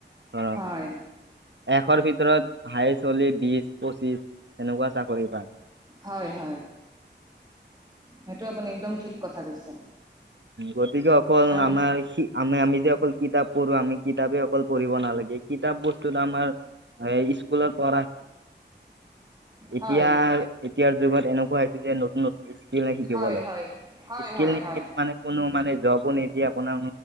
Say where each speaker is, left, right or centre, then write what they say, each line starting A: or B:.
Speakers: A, on the right; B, on the right.
A: ধৰ
B: হয়
A: এশৰ ভিতৰত হাই চলি বি। পঁচিছ তেনেকুৱা চাকৰি পায়।
B: হয় হয় সেইটো আপুনি একদম ঠিক কথা কৈছে।
A: গতিকে অকল
B: আজি
A: আমাৰ আমি আমি যে অকল কিতাপ। পঢ়ো আমি কিতাপে অকল পঢ়িব নালাগে কিতাপ বোৰ্ত। ত আমাৰ স্কুলত পঢ়া। এতিয়া
B: হয়
A: এতিয়াৰ যুগত এনেকুৱা হৈছে যে নতুন নতুন স্কিল শিকিব
B: হয়
A: লাগে
B: হয় হয়
A: স্কিল
B: হয়
A: নিশিকিলে
B: হয়
A: মানে কোনো মানে জবো নিদিয়ে আপোনাৰ